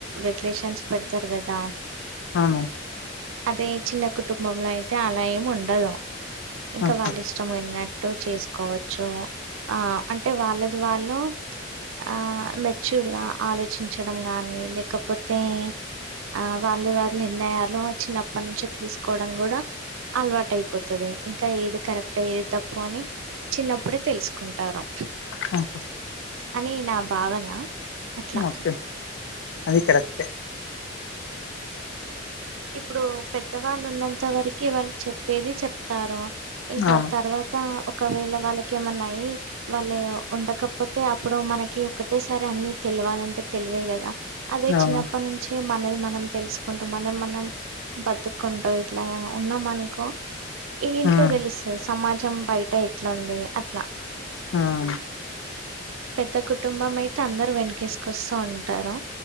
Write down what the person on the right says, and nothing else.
రెగ్యులేషన్స్ పెడతరు గదా
అదే చిన్న కుటుంబంలో అయితే అలా ఏమి ఉండదు ఇంకా
వాళ్ళ ఇష్ ష్టం ఉన్నట్టు చేసుకోవచ్చు ఆ అంటే వాళ్ళది వాళ్ళు ఆ మెచ్యూర్ గా ఆలోచించడం గాని లేకపోతే ఆ వాళ్ళు వారి నిర్ణయాలు చిన్నప్పటి నుంచి తీసుకోడం గూడా అలవాటు అయిపోతది ఇంకా ఏది కరెక్టే ఏది తప్పు అని చిన్నప్పుడె తెలుసుకుంటారు
అని నా భావన అట్లా
ఇప్పుడు పెద్దవాళ్ళు ఉన్నంత వరకి వాళ్ళు చెప్పేది చెప్తారు ఇంకా
తర్వాత ఒకవేళ వాళ్ళకెమన్న అయ్ వాళయ్ వండకపోతే అప్పుడు మనకి ఒకటేసారి అన్ని తెల్వాలంటే తెల్వయ్ కదా అదే
చిన్నప్పటి నుంచే మనది మనం తెలుసుకుంట మనం మన్ బతుకుంటు ఇట్లా ఉన్నాం అనుకో ఏంటో
తెల్స్ సమాజం బయట ఎట్లుంది అట్లా
పెద్ద కుటుంబం అయితే అందరు వెనుకెసుకొస్తూ ఉంటారు